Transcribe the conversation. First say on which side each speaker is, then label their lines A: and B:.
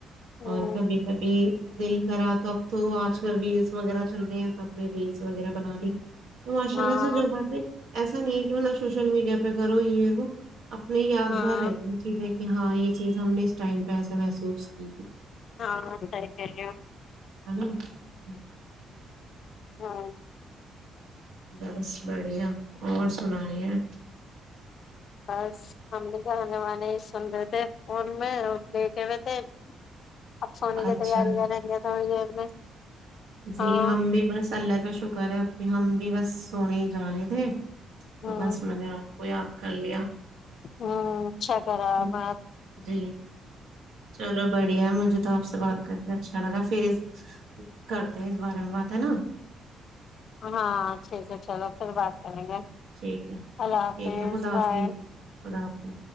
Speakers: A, on the left; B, on the right.
A: ہمم
B: اور کبھی کبھی دل کرا تو اب تو آج کل ریلس وغیرہ چل رہے ہیں تو اپ نے ریلس وغیرہ بنا لی تو ماشاء
A: ہاں
B: اللہ سے جو باتیں ایسا نہیں ہے کہ مطلب سوشل میڈیا پہ کرو یہو اپنے یادگار
A: ہاں
B: رہتے ان چیزیں کہ ہاں یہ چیز ہم نے اس ٹائم پہ ای محسوس کی
A: ہاں سر کرو
B: ہ نا <inaudible>
A: ہاں <inaudible>
B: بس بڑھیا اور سنائی ہے
A: بس ہم بھی کہے والے سن رہے تھے فون میں لٹے ہوئے تھے اپسوان کے
B: اچھا
A: تیاری کر رہیں ہاں جے میں
B: جی
A: ہاں
B: ہم بھی بس اللہ کا شکر ہے ہم بھی بس سونے ہی جا رہے تھے
A: ہمم
B: تو بس میں نے آپ کو آگ کر لیا <unintelligible>
A: ہاں <inaudible> اچھا کرا
B: ہوں،
A: میں
B: جی چلو بڑھیا مجھے تو آپ سے بات کر کے اچھا لگا پھر کرتے ہیں اس بارے میں بات ہے نا
A: ہاں ٹھیک ہے چلو پھر بات کریں گے
B: ٹھیک ہے
A: اللہ حافظ
B: ٹھیک ہے خدا
A: بائے
B: حافظ خدا حافظ